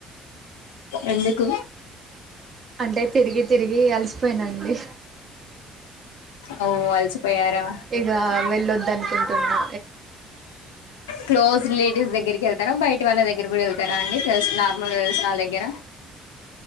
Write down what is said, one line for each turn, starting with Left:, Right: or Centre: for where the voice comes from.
Left: ఎందుకు
Right: అంటే తిరిగి తిరిగి అలిసి పోయినండి
Left: ఓ అలసిపోయారా
Right: ఇగ వెళ్ళొద్దనుకుంటున్నా
Left: క్లోజ్ రిలేటివ్స్ దగ్గరికి వెళ్తర బ యట వాళ్ళ దగ్గర కూడా వెళ్తారండి తెలు నార్మల్గా తెలిసిన వాళ దగ్గర